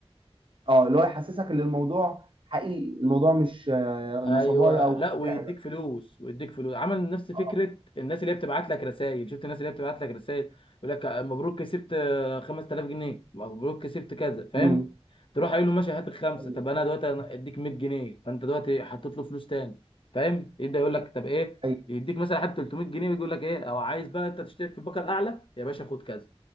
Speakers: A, on the right; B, on the left.
A: اه اللي هو يحسسك ان الموضوع حقيقي الموضوع مش آه، نصبايا
B: ايوه
A: او
B: لا
A: مش
B: ويديك
A: لعبه
B: فلوس ويديك فلوس عمل نفس فكره
A: اه
B: الناس اللي هي بتبعت لك رسائل شفت الناس اللي هي بتبعت لك رسائل يقول لك مبروك كسبت آه، 5000 جنيه مبروك كسبت كذا فاهم
A: امم
B: تروح قايل له ماشي هات الخمسه
A: ايوه
B: طب انا دلوقتي أنا اديك 100 جنيه فانت دلوقتي حطيت له فلوس تاني فاهم يبدا يقول لك طب ايه
A: ايوه
B: يديك مثلا حتى 300 جنيه ويجي يقول لك ايه او عايز بقى انت تشترك في الباقه الاعلى يا باشا خد كذا